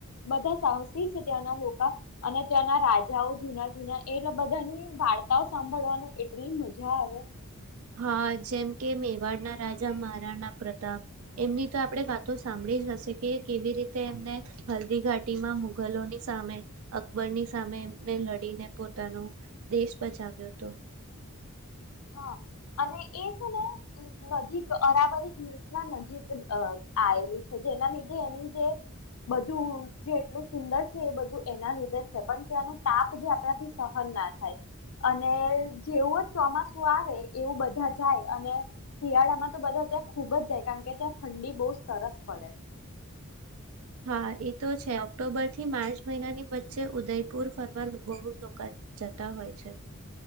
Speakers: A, on the left; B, on the right.
A: બધા સાહસી છે ત્યાંના લોકો. અ અને ત્યાંના રાજાઓ જૂના જૂના એટલે બધાની વાર્તાઓ સાંભળવાનું એટલી મજા આવે.
B: હા જેમ કે મેવાડના રાજા મહારાણા પ્રતાપ, એમની તો આપણે વાતો સાંભળી જ હશે કે કેવી રીતે એમને, હલ્દી ઘાટીમાં મુઘલોની સામે, અકબરની સામે એમને લડીને પોતાનું દેશ બચાવ્યો હતો.
A: હા અને એ છે ને નજીક અરાવરી હિલ્સ ના નજીક આવેલું છે જેના લીધે એની જે, બધું જે એટલું સુંદર છે એ બધું એના લીધે જ છે પણ તેનું તાપ જે આપણાથી સહન ના થાય, અને જેવું જ ચોમાસું મસુ આવે એવું બધા જાય અને, શિયાળામાં તો બધા ત્યાં ખૂબ જ જાય કારણ કે ત્યાં ઠંડી બહુ સરસ પડે.
B: હા એ તો છે ઓક્ટોબર થી માર્ચ મહિનાની વચ્ચે ઉદયપુર ફરવા બહુ લોકો જતા હોય છે.